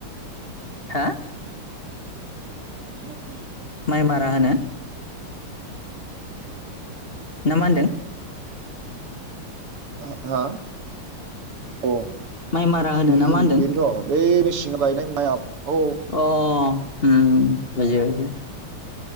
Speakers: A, on the left; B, on the right.
A: हा?
B: <unintelligible>
A: माइ मारा होनो? ना मा होनदों?
B: आ हा औ
A: माइ मारा होनो
B: उम
A: ना मा होनदों
B: बेनोथ' बै मेचि थिं गायनाय माइआ औ
A: अ उम बुजिबाय बुजिबाय